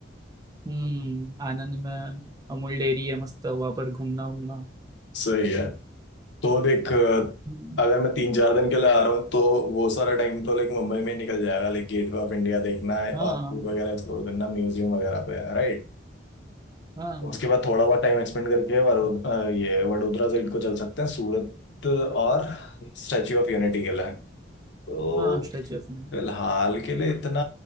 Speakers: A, on the right (about 20°); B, on the left (about 65°).
A: हम्म आनंद में अमूल डेयरी है मस्त वहां पर घूमना उमना
B: सही है तो देख अ,
A: हम्म,
B: अगर मैं तीन चार दिन के लिए आ रहा हूँ तो वो सारा टाइम तो लाइक मुंबई में ही निकल जाएगा लाइक गेटवे ऑफ इंडिया देखना है
A: हाँ
B: और फूड वगैरह एक्सप्लोर करना म्यूजियम वगैरह पे राइट
A: हाँ
B: उसके बाद थोड़ा बहुत टाइम एक्सपेंड करके वरो अ, ये वडोदरा साइड को चल सकते हैं सूरत और स्टैच्यू ऑफ यूनिटी के लिए तो
A: हाँ स्टैचू ऑफ यूनिटी,
B: फिलहाल के लिए इतना